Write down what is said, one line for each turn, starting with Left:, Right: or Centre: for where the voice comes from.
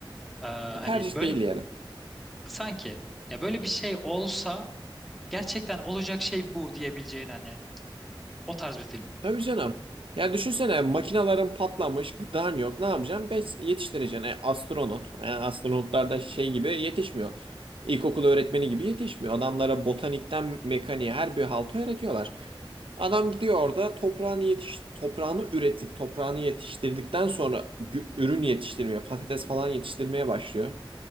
Centre: Ee, hani
Right: Tercih
Centre: böyle
Right: değil yani.
Centre: sanki ya böyle bir şey olsa gerçekten olacak şey bu diyebileceğin hani o tarz bir film.
Right: Tabii canım. Ya düşünsene makinaların patlamış, gıdan yok. Ne yapacaksın? Bes yetiştireceksin. E, astronot. E, astronotlar da şey gibi yetişmiyor. İlkokul öğretmeni gibi yetişmiyor. Adamlara botanikten mekaniğe her bir haltı öğretiyorlar. Adam gidiyor orada toprağını yetiş toprağını üretip toprağını yetiştirdikten sonra gü- ürün yetiştirmeye, patates falan yetiştirmeye başlıyor.